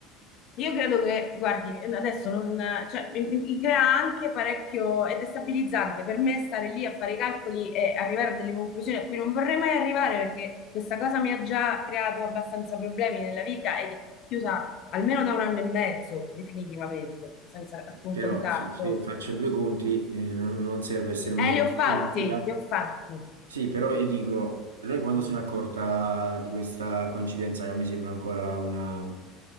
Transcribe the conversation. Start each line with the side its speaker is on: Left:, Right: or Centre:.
Left: Io credo che, guardi, adesso non, cioè, mi, mi- mi crea anche parecchio, è destabilizzante per me stare lì a fare i calcoli e arrivare a delle conclusioni a cui non vorrei mai arrivare perché questa cosa mi ha già creato abbastanza problemi nella vita ed è chiusa almeno da un anno e mezzo, definitivamente, senza alcun
Right: però
Left: contatto.
Right: sì, se faccio due conti, eh, non, non serve essere un genio
Left: Eh, li ho fatti,
Right: di matematica.
Left: li ho fatti.
Right: Sì, però io dico, lei quando se n'è accorta di questa coincidenza, che a me sembra ancora una,